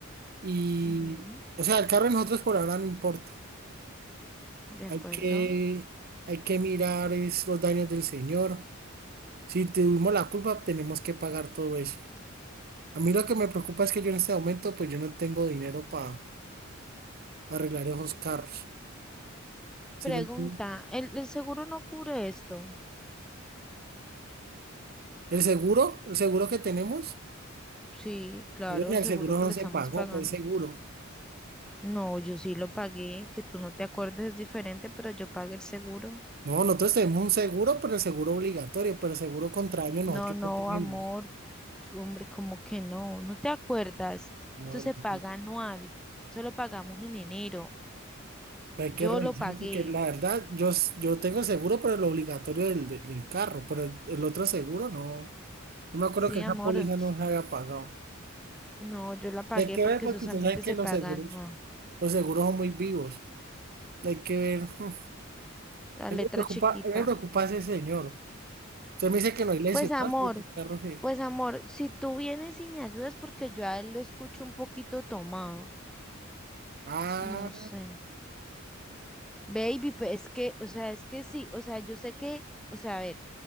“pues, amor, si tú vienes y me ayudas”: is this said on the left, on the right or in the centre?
Centre